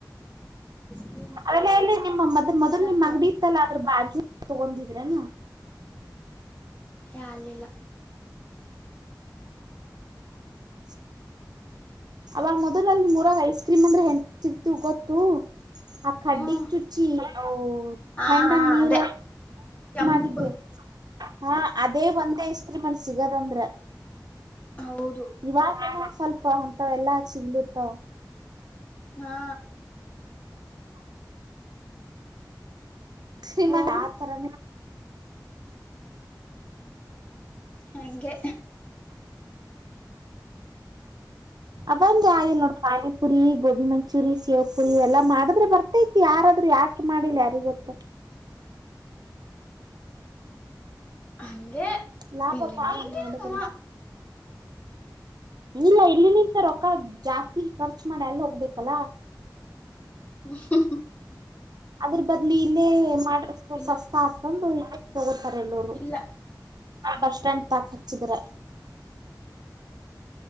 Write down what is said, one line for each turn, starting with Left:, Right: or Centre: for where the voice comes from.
Left: ಕ್ರೀಮ್
Right: ಅವೆಲ್ಲಾ ಎಲ್ಲಿ ನಿಮ್ಮ ಮದ್ ಮೊದ್ಲು
Left: ಮತ್ತ
Right: ನಿಮ್ಮ್ ಅಂಗಡಿ ಇತ್ತಲ್ಲ ಆದ್ರ ಬಾಜ ತಗೊಂಡಿದ್ರೆನ
Left: ಹಾ ಅಲ್ಲಿಲ್ಲ
Right: <unintelligible> ಅವಾಗ ಮೊದ್ಲ ಅಲ್ಲಿ ನಿಮೂರಾಗ ಐಸ್ ಕ್ರೀಮ್ ಅಂದ್ರೆ ಹೆಂಗ ಸಿಗ್ತಿವ ಗೊತ್ತು ಆ ಕಡ್ಡಿಗ
Left: ಹ್ಮ
Right: ಚುಚಿ ಹ್ಮ
Left: ಹಾ
Right: ತಂಡನ
Left: ಹಾ
Right: ನೀರ
Left: ಅದೇ ಕೆಂಪ್
Right: ಮಾಡಿದ್ದು ಹಾ ಅದೇ ಒಂದ್ ಐಸ್ ಕ್ರೀಮ್ ಅಲ್ಲಿ ಸಿಗದಂದ್ರ
Left: ಹೌದು
Right: ಇವಾಗ ಸ್ವಲ್ಪ ಅಂತವ್ ಎಲ್ಲಾ ಸಿಗ್ಲತ್ತಾವ
Left: ಹಾ
Right: ಶ್ರೀಮಂತ
Left: ಓ
Right: ಆತರೇ
Left: ಹಂಗೆ
Right: ಅದಂದು ಆಗಿಲ್ಲ ನೋಡ್ ಪಾನಿಪುರಿ ಗೋಬಿ ಮಂಚೂರಿ ಶೇವ ಪುರಿ ಇವೆಲ್ಲಾ ಮಾಡಿದ್ರ ಬರ್ತೈತಿ ಯಾರಾದ್ರೂ ಯಾಕ ಮಾಡಿಲ್ಲ ಯಾರಿಗೊತ್ತು
Left: ಹಂಗೆ
Right: ಲಾಭ
Left: ಇಲ್ಲಿ
Right: ಬಾಳ
Left: ಮಂದಿನವ
Right: ಮಾಡಿದರ ಇಲ್ಲ ಇಲ್ಲಿನಿಂತ ರೂಕ್ಕ ಜಾಸ್ತಿ ಖರ್ಚ ಮಾಡಿ ಅಲ್ಲ ಹೋಗ್ಬೇಕಲ್ಲ
Left: ಹ್ಮ
Right: ಅದ್ರ ಬದ್ಲಿ ಇಲ್ಲೇ ಮಾಡಿದ್ರ
Left: ಇಲ್ಲವ
Right: ಸಸ್ತ ಆತಂದು ಇಲ್ಲೇ ತಗೂತ್ತಿವಿ ತಾರ ಎಲ್ಲರೂ
Left: ಇಲ್ಲ
Right: ಬಸ್ ಸ್ಟ್ಯಾಂಡ್ ತಾಕ್ ಹಚ್ಚಿದ್ರ